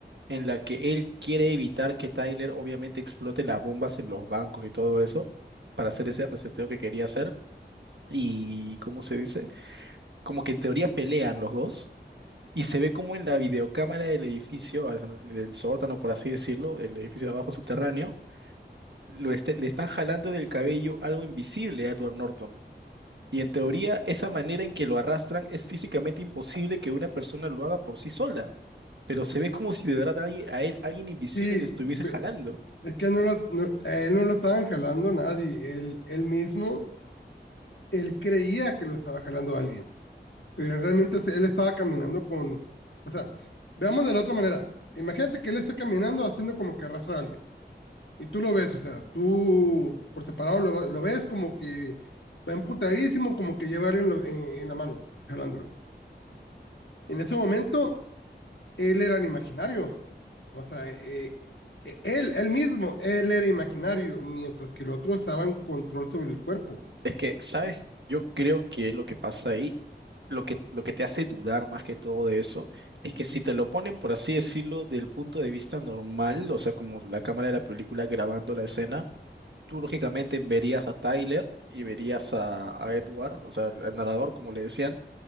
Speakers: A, on the right; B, on the left.
A: en la que él quiere evitar que Tyler obviamente explote las bombas en los bancos y todo eso para hacer ese reseteo que quería hacer. Y, ¿cómo se dice? Como que en teoría pelean los dos y se ve como en la videocámara del edificio, al- del sótano, por así decirlo, el edificio de abajo subterráneo, lo este- le están jalando del cabello algo invisible a Edward Norton. Y en teoría, esa manera en que lo arrastran es físicamente imposible que una persona lo haga por sí sola, pero se ve como si de verdad alguien- a él alguien invisible
B: sí,
A: le estuviese
B: ve-
A: jalando.
B: es que no lo, no- a él no lo estaban jalando nadie, él, él mismo, él creía que lo estaba jalando alguien, pero realmente se- él estaba caminando con, o sea, veamos de la otra manera. Imagínate que él está caminando haciendo como que arrastra a alguien y tú lo ves, o sea, tú por separado lo, lo ves como que va emputadísimo, como que lleva a alguien lo- en en la mano, jalándolo. En ese momento, él era el imaginario. O sea, eh, eh, él, él mismo, él era imaginario, mientras que el otro estaba en control sobre el cuerpo.
A: Es que, ¿sabes? Yo creo que lo que pasa ahí, lo que, lo que te hace dudar más que todo de eso, es que si te lo ponen, por así decirlo, del punto de vista normal, o sea, como la cámara de la película grabando la escena, tú lógicamente verías a Tyler y verías a, a Edward, o sea, el el narrador, como le decían,